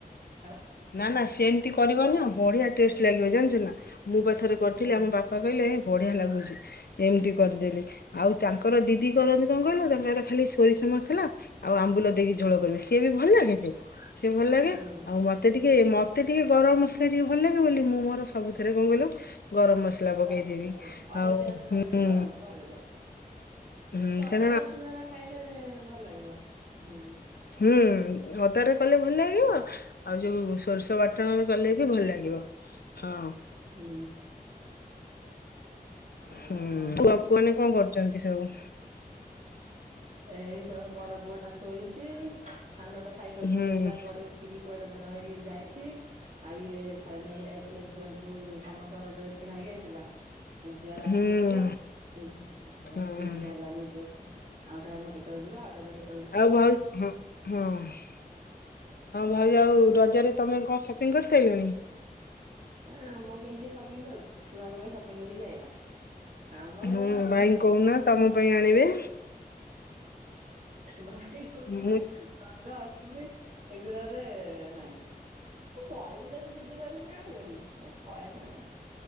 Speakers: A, on the right (about 55°); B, on the left (about 75°).
A: <unintelligible>
B: ନା ନା ସେମିତି କରିବନା ବଢିଆ ଟେଷ୍ଟ ଲାଗିବ ଜାଣିଛୁ ନା ମୁଁ ପା ଥରେ କରିଥିଲି
A: ହୁଁ
B: ଆମ ବାପ ପା କହିଲେ ବଢିଆ ଲାଗୁଛି ଏମିତି କରିଦେଲେ ଆଉ ତାଙ୍କର ଦିଦି କରନ୍ତି କଣ କହିଲ? ଆଉ ତାଙ୍କର ଖାଲି ସୋରିଷ ମସଲା ଆଉ ଆମ୍ବୁଲ ଦେଇକି
A: ହୁଁ
B: ଝୋଳ କରିବେ ସିଏ ବି ଭଲ ଲାଗେ ଯେ ସିଏ ଭଲ ଲାଗେ
A: ହୁଁ।
B: ଆଉ ମ ମତେ ଟିକ ମତେ ଟିକେ ଗରମ ମସଲା ଟିକେ ଭଲ ଲାଗେ ବୋଲି ମୁଁ ମୋର ସବୁଥେରେ କଣ କହିଲ ଗରମ ମସଲା ପକେଇଦେବି
A: ଗରମ ମସଲା ପକେଇଦିଅ ଅଦା
B: ଆଉ
A: ପିଆଜ ଶୁଣ
B: ହୁଁ।
A: ଦେଇକି ଗରମ ମସଲା ପକେଇଦବ।
B: ହୁଁ କା
A: <unintelligible> ଖାଇଲେ ଭଲ ଲାଗିବ ହୁଁ।
B: ହୁଁ ଅଦା ରେ କଲେ ଭଲ ଲାଗିବ ଆଉ ଯୋଉ ସୋରଷ ବାଟ ଟଣରେ କଲେ ବି ଭଲ ଲାଗିବ ହଁ।
A: ହୁଁ। ଆଉ
B: ହୁଁ
A: କଣ
B: ତୁ ବାପୁ ମାନେ କଣ କରୁଛନ୍ତି ସବୁ
A: ଏଇ ସବୁ ବଡ ପୁଅ ଟା ଶୋଇଛି ସାନଟା ସାଇକଲ ଚଲାଉଥିଲା
B: ହୁଁ
A: ପଡି ଉଠିକି କୁଆଡେ ତାର ହେଇ ଯାଇଛି ଆଉ ଇଏ ନେଇକି ଯାଇଥିଲେ ଝିଅକୁ ସମସ୍ତଙ୍କର ଡ୍ରେସ କିଣା ହେଇକି ଆଇଥିଲା। ଆ ଝିଅ ର ଆସିନଥିଲା
B: ହୁଁ
A: ସେ
B: ହୁଁ
A: କିଣିକି ଆଣିଲାଏନୁ ଡ୍ରେସ ଆଉଟିକେ ବାପା କେତେବେଳେ ଯିବା ଆଉଟି କେତେ
B: ଆଉ ଭାଉ ହ ହଁ ହଁ ଭାଉଜ ଆଉ ରଜରେ ତମେ କଣ ସ ପିଙ୍ଗି କରି ସାଇଲଣି
A: ନା ଆମ ପାଇଁ କିଏ ସପିଙ୍ଗ କରୁଛି ଛୁଆଙ୍କ ପାଇଁ ସପିଙ୍ଗ ହେଇି ଆଇଲା। ଆମର
B: ହୁଁ
A: କଣ ସପିଂ
B: ଭାଇଙ୍କି
A: ଫପିଂ
B: କହୁନ ତମ ପାଇଁ ଆଣିବେ।
A: ଭାଇ କଉଦିନ
B: ମୁଁ
A: ରଜ ଅଷ୍ଟ ଏ ଏଗୁଡାରେ ନାଇଁ ତୁ କହିବୁ ଯଦି ଜିଦି କରିକି ଆଣିବେନି କହେ ନା ଆଉ